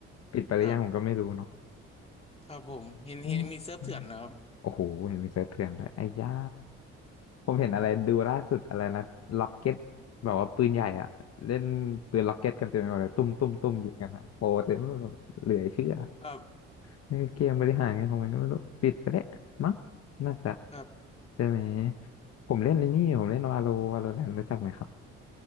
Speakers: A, on the left; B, on the left.
A: ปิดไปหรือยังผมก็ไม่รู้เนาะ
B: ครับครับผมเห็นเห็นมีเซิร์ฟเถื่อนนะครับ
A: อืมโอ้โหเห็นมีเซิร์ฟเถื่อนด้วยไอ้ย่า ผมเห็นอะไรดูล่าสุดอะไรนะล็อกเก็ตแบบว่าปืนใหญ่อะเล่นปืนล็อกเก็ตกันเต็มไปหมดเลยตุ้มตุ้มตุ้มยิงกันนะโปรเต็มไปหมดเหลือเชื่อ
B: <laughs> ครับ
A: เออเกมบริหารเงันของมันก็ไม่รู้ปิดไปแล้วมั้งน่าจะ
B: ครับ
A: ใช่ไหมผมเล่นในนี่ผมเล่นวาโลวาโลแรนรู้จักไหมครับ